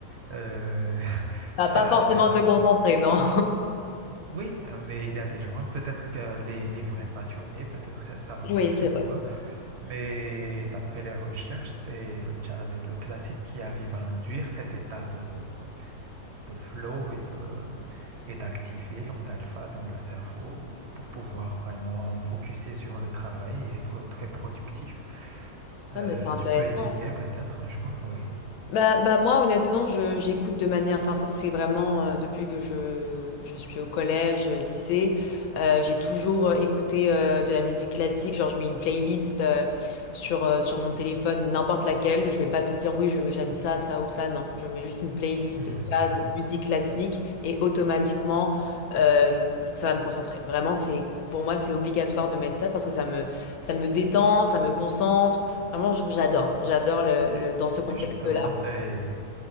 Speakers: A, on the right; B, on the left.
A: Euh, <laughs>
B: Ça
A: ça,
B: va pas forcément
A: ça ne...
B: te concentrer, non? <laughs>
A: Oui, euh, mais il y a des gens, peut-être que les, les vrais passionnés, peut-être que ça va
B: Oui,
A: marcher
B: c'est
A: pour
B: vrai.
A: eux. Mais d'après les recherches, c'est le jazz et le classique qui arrivent à induire cet état de, de flow et de, et d'activer l'onde alpha dans le cerveau pour pouvoir vraiment focuser sur le travail et être très productif. Euh,
B: Ah, mais c'est intéressant.
A: tu peux essayer peut-être un jour, oui.
B: Bah, bah moi honnêtement je j'écoute de manière enfin ça c'est vraiment euh, depuis que je, je suis au collège euh, lycée euh, j'ai toujours euh, écouté euh, de la musique classique genre je mets une playlist euh, sur euh, sur mon téléphone n'importe laquelle je vais pas te dire oui je- j'aime ça ça ou ça non je mets juste une playlist
A: Mhm,
B: jazz
A: <laughs> mhm.
B: musique classique et automatiquement euh, ça va me concentrer vraiment c'est pour moi c'est obligatoire de mettre ça parce que ça me ça me détend ça me concentre vraiment j- j'adore j'adore le le- dans ce contexte-là
A: Et Justement, c'est